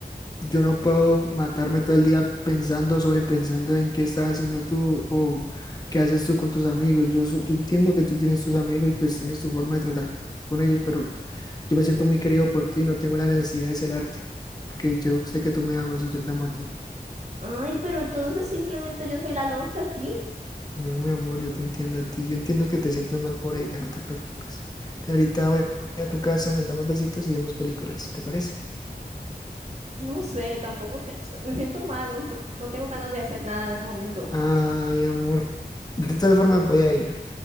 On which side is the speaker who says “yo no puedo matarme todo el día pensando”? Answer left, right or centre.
Left